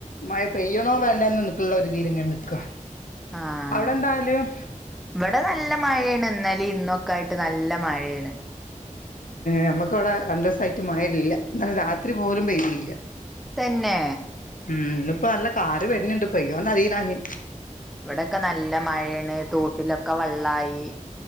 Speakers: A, on the left; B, in the centre.
A: മഴ പെയ്യണോ വേണ്ടന്ന് നി ഉള്ള ഒരു രീതിങ്ങ നിക്ക
B: ആഹ്
A: അവിടെ എന്തായാലും
B: ഇവിടെ നല്ല മഴയാണ് ഇന്നലെ ഇന്നൊക്കെ ആയിട്ട് നല്ല മഴയാണ്
A: നമ്മുക്കിവിടെ രണ്ടു ദെവസയിട്ട് മയലില്ല ഇന്നലെ രാത്രി പോലും പെയ്യ്തില്ല
B: തന്നെ
A: ഉം ഇന്നിപ്പോ നല്ല കാറി വെരിണിണ്ട് പെയ്യൊന്ന് അറിയില്ലാഞ്ഞി
B: ഇവിടെക്കെ നല്ല മഴയണ് തോട്ടിലൊക്കെ വെള്ളായി